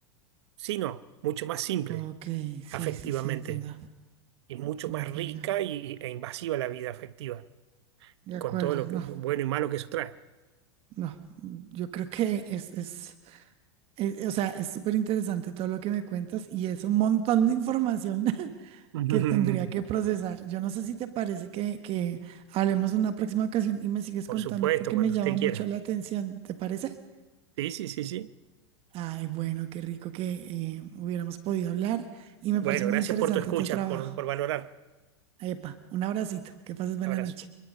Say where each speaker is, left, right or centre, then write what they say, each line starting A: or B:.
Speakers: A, on the right (about 70°); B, on the right (about 40°).
A: Si no, mucho más simple,
B: Ok, sí,
A: afectivamente
B: sí, sí, entiendo,
A: y mucho
B: entiendo.
A: más rica y, e invasiva la vida afectiva,
B: De acuerdo,
A: con todo lo
B: no,
A: que bueno y malo que eso trae.
B: no. Yo creo que es, es, es- o sea, es súper interesante todo lo que me cuentas y es un montón de información. <laughs>
A: <laughs>
B: que tendría que procesar. Yo no sé si te parece que, que hablemos en una próxima ocasión y me sigues
A: Por
B: contando
A: supuesto,
B: porque
A: cuando
B: me llama
A: usted
B: mucho
A: quiera.
B: la atención. ¿Te parece?
A: Sí, sí, sí, sí.
B: Ay, bueno, qué rico que eh, hubiéramos podido hablar y me
A: Bueno,
B: parece muy
A: gracias
B: interesante
A: por tu escucha,
B: tu trabajo.
A: por, por valorar.
B: Epa, un abracito. Que pases buena
A: Abrazo.
B: noche.